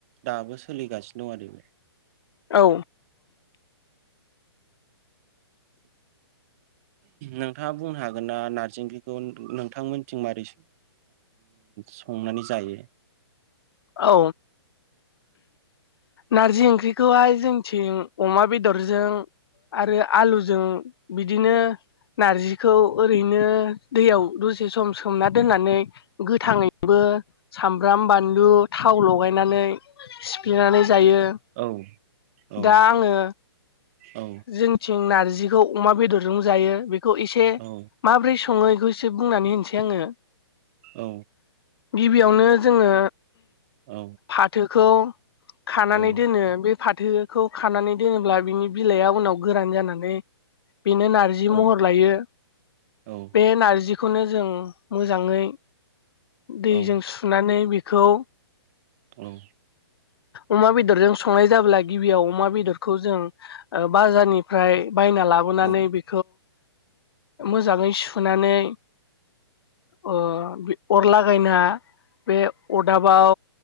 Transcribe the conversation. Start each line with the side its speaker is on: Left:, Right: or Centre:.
Right: दाबो सोलिगासिनो दं आरो
Left: औ
Right: नोंथाङा बुंनो हागोन ना नारजि ओंख्रैखौ नोंथां मिथिं मारै संनानै जायो
Left: औ नारजि ओंख्रिखौहाय जोंथिं अमा बेदरजों आरो आलुजों बिदिनो नारजिखौ ओरैनो दैयाव दसे सम सोमना दोननानै गोथाङैबो सामब्राम बानलु थाव लगायनानै सिफेनानै जायो
Right: औ औ
Left: दा आङो
Right: औ
Left: जोंथिं नारजिखौ अमा बेदरजों जायो बेखौ एसे
Right: औ
Left: माब्रै सङो बेखौसो बुंनानै होनसै आङो
Right: औ
Left: गिबियावनो जोङो
Right: औ
Left: फाथोखौ खानानै
Right: औ
Left: दोनो बे फाथोखौ खानानै दोनोब्ला बिनि बिलाइआ उनाव गोरान जानानै बेनो नार्जि
Right: औ
Left: महर लायो
Right: औ
Left: बे नारजिखौनो जों मोजाङै दैजों
Right: औ
Left: सुनानै बेखौ
Right: औ
Left: अमा बेदरजों संनाय जाब्ला गिबियाव अमा बेदरखौ जों बाजारनिफ्राय बायना लाबोनानै
Right: औ
Left: बे मोजाङै सुनानै ओ अरलागायना बे अरदाबाव